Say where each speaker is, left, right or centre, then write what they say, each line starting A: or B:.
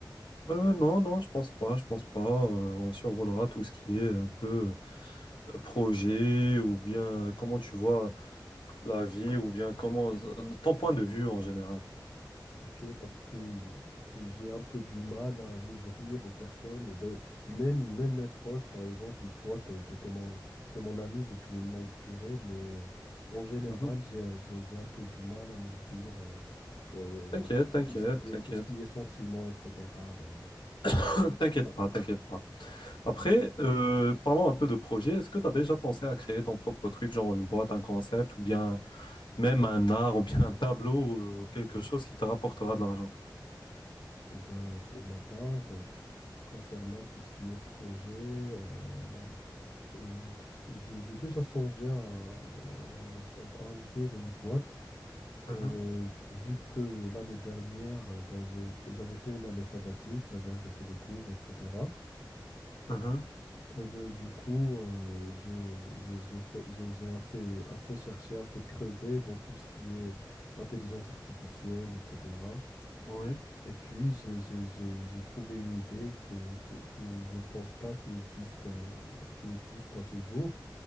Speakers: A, on the left; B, on the left.
A: Euh, non, non, je pense pas, je pense pas. Euh, on survolera tout ce qui est un peu euh, projet ou bien euh, comment tu vois la vie ou bien comment euh, ton point de vue en général.
B: Ok, parce que j'ai un peu du mal à m'ouvrir aux personnes. Ben, même, même mes proches, par exemple, toi, t'es, t'es- t'es mon, t'es mon ami depuis une longue durée, mais euh, en général,
A: Mhm.
B: j'ai, j'ai- j'ai un peu du mal à m'ouvrir euh, euh,
A: T'inquiète, t'inquiète,
B: tout ce qui est,
A: t'inquiète.
B: tout ce qui est sentiments, etc. Ben,
A: <coughs> <laughs> T'inquiète
B: ah,
A: pas, t'inquiète pas. Après, euh, parlons un peu de projet. Est-ce que tu as déjà pensé à créer ton propre truc, genre une boîte, un concept, ou bien même un art, ou bien un tableau, euh, quelque chose qui te rapportera de l'argent?
B: ben, pour ma part, euh, concernant tout ce qui est projet. euh, Euh, je- j'ai déjà songé à, à- à ouvrir une boîte,
A: Mhm,
B: euh, vu que l'année dernière, euh, ben, j'ai- j'avais fait une année sabbatique, j'avais arrêté les cours, etc.
A: mhm,
B: Et ben, du coup, euh, j'ai j'ai- j'ai fait- j'ai- j'ai assez, assez cherché, assez creusé dans tout ce qui est intelligence artificielle, etc.
A: oui.
B: Et puis, j'ai j'ai- j'ai- j'ai trouvé une idée que, que, que je ne pense pas qui existe, à- qui existe à ce jour.